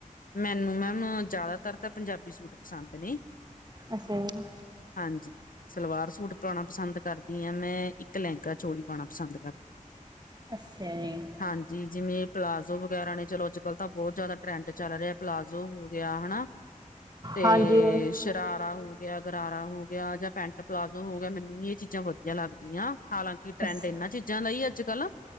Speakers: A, on the left; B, on the right.
A: ਮੈਨੂੰ ਨ ਜਿਆਦਾਤਰ ਤਾਂ, ਪੰਜਾਬੀ ਸੂਟ ਪਸੰਦ ਨੇ।
B: ਅੱਛਾ ਜੀ।
A: ਹਾਂਜੀ। ਸਲਵਾਰ ਸੂਟ ਪਾਉਣਾ ਪਸੰਦ ਕਰਦੀ ਹਾਂ ਮੈਂ, ਇੱਕ ਲਹਿੰਗਾ ਚੋਲੀ ਪਾਉਣਾ ਪਸੰਦ ਕਰਦੀ।
B: ਅੱਛਾ ਜੀ।
A: ਹਾਂਜੀ, ਜਿਵੇਂ ਪਲਾਜ਼ੋ ਵਗੈਰਾ ਨੇ, ਚਲੋ ਅੱਜ ਕੱਲ੍ਹ ਤਾਂ ਬਹੁਤ ਜ਼ਿਆਦਾ ਟਰੈਂਡ ਚੱਲ ਰਿਹਾ, ਪਲਾਜ਼ੋ ਹੋ ਗਿਆ, ਹਨਾ ਤੇ
B: ਹਾਂਜੀ
A: ਸ਼ਰਾਰਾ ਹੋ ਗਿਆ, ਗਰਾਰਾ ਹੋ ਗਿਆ, ਜਾਂ ਪੈਂਟ ਪਲਾਜੋ ਹੋ ਗਿਆ, ਮੈਨੂੰ ਨੀ ਇਹ ਚੀਜ਼ਾਂ ਵਧੀਆ ਲੱਗਦੀਆਂ। ਹਾਲਾਂਕਿ, ਟਰੈਂਡ
B: ਅੱਛਾ
A: ਇਹਨਾਂ ਚੀਜ਼ਾਂ ਦਾ ਹੀ ਅੱਜ ਕੱਲ।